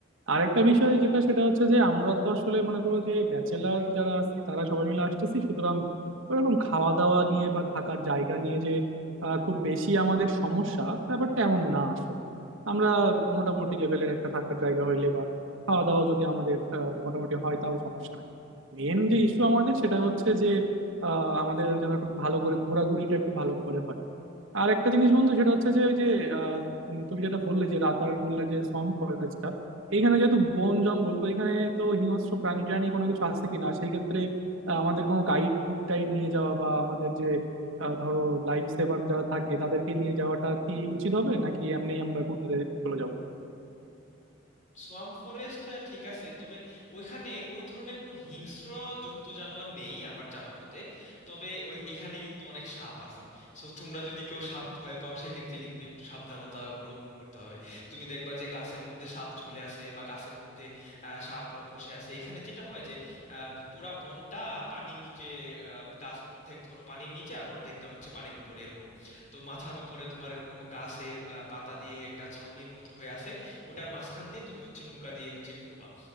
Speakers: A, on the right; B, on the left.
A: আরেকটা বিষয় যেটা সেটা হচ্ছে যে আমরা তো আসলে মনে করো যে ব্যাচেলার যারা আছি তারা সবাই মিলে আসতেছি সুতরাং ওরকম খাওয়া দাওয়া নিয়ে বা থাকার জায়গা নিয়ে যে আহ, খুব বেশি আমাদের সমস্যা ব্যাপারটা এমন না আসলে আমরা মোটামুটি লেভেলের একটা থাকার জায়গা হইলে বা খাওয়া দাওয়া যদি আমাদের আহ, মোটামুটি হয় তাও সমস্যা নাই মেন যে ইস্যু আমাদের সেটা হচ্ছে যে আহ, আমাদের যেন একটু ভালো করে ঘোরাঘুরিটা একটু ভালো করে হয় আর একটা জিনিস বন্ধু সেটা হচ্ছে যে ওই যে আহ, উম, তুমি যেটা বললে যে রাতারগুলে যে সন ফরেস্টটা এইখানে যেহেতু বন জঙ্গল তো এখানে তো হিংস্র প্রাণী টাণী কোনো কিছু আছে কিনা সেই ক্ষেত্রে আহ, আমাদের কোনো গাইড টাইড নিয়ে যাওয়া বা আমাদের যে আহ, ধরো লাইফ সেভার যারা থাকে তাদেরকে নিয়ে যাওয়াটা কি উচিত হবে নাকি এমনি আমরা ঘুরতে চলে যাব
B: সোয়াম্প ফরেস্ট ঠিক আছে তবে ওইখানে ওই ধরনের কোনো হিংস্র জন্তু জানোয়ার নেই আমার জানা মতে তবে ওই এখানে কিন্তু অনেক সাপ আছে সো তোমরা যদি কেউ সাপ ভয় পাও সেক্ষেত্রে কিন্তু একটু সাবধানতা অবলম্বন করতে হবে তুমি দেখবা যে গাছের মধ্যে সাপ ঝুলে আছে বা গাছের মধ্যে আহ, সাপ বসে আছে এখানে যেটা হয় যে আহ, পুরা বনটা পানির নিচে আহ, গাছ অর্ধেক ধরো পানির নিচে আর অর্ধেকটা হচ্ছে পানির উপরে এরকম তো মাথার উপরে তোমার এরকম গাছের আহ, পাতা দিয়ে একটা ছাউনির মতো হয়ে আছে ওটার মাঝখান দিয়ে তুমি হচ্ছে নৌকা দিয়ে হচ্ছে ঘুরবা